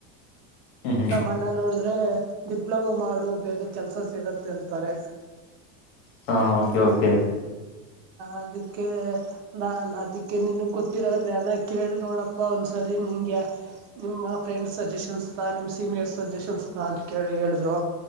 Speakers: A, on the left; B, on the right.
A: ಹ್ಮ್ ಹ್ಮ್
B: ನಮ್ಮ ಅಣ್ಣ ನೋಡಿದ್ರ ಆದ್ರೆ ಡಿಪ್ಲೊಮೋ ಮಾಡು ಬೇಗ ಕೆಲ್ಸ ಸಿಗತ್ತೆ ಅಂತಾರೆ
A: ಹಾ ಓಕೆ ಓಕೆ
B: ಅದಕ್ಕೆ ನಾ ಅದಕ್ಕೆ ನಿಿನ ಗೊತ್ತಿರೋಾನ ಕೇಳ ನೋಡಪ್ಪ ಒಂದ್ಸರಿ ನಿಂಗೆ ನಿಮ್ಮ ಫ್ರೆಂಡ್ಸ್ ಸಜೆಷನ್ಸ್ ತಾ ನಿಮ್ಮ ಸೀನಿಯರ್ಸ್ ಸಜೆಷನ್ಸ್ ತಾ ಕೇಳಿ ಹೇಳಿದ್ರು